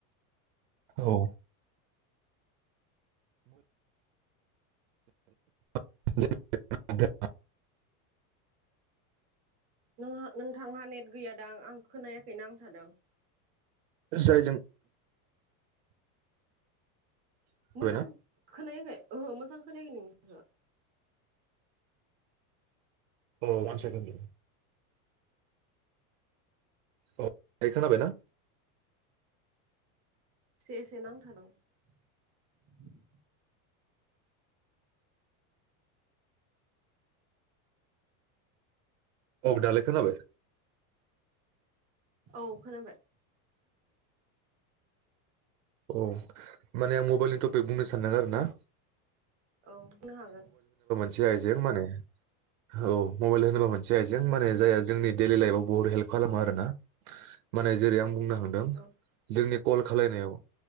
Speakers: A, on the right; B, on the right.
A: औ <unintelligible>
B: नोंहा नोंथांहा नेट गैयादां आं खोनायाखैना नांथादों।
A: जायजों खोनाबायना
B: मोजां खोनायाखै ओहो मोजां मोजां खोनायाखै नोंनिखो
A: औ वान सेकेन्ड औ दायो खोनाबायना?
B: एसे एसे नांथादों ।
A: औ दालाय खोनाबाय।
B: औ खोनाबाय।
A: औ माने आं मबाइलनि टपिक बुंनो सानदों आरोना।
B: औ होननो हागोन।
A: से आइजें माने औ मबायल होनोबा मोनसे आइजें माने जायहा जोंनि दैलि लायफाव बहत हेल्फ खालामो आरोना। माने जेरै आं बुंनो हादों
B: औ
A: जोंनि कल खालायनायाव